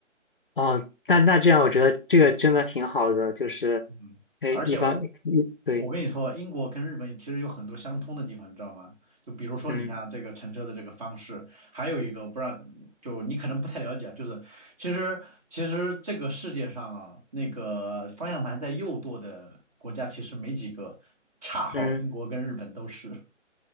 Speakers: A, on the left; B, on the right.
A: 哦，那那这样，我觉得这个真的挺好的，就是
B: 嗯，
A: 可以一方一对，
B: 而且我我跟你说，英国跟日本其实有很多相通的地方，你知道吗？就比如说你看这个乘车的这个方式，
A: 嗯
B: 还有一个我不知道，就你可能不太了解啊，就是其实其实这个世界上啊，那个方向盘在右舵的国家其实没几个，恰好英国跟日本都是。
A: 嗯，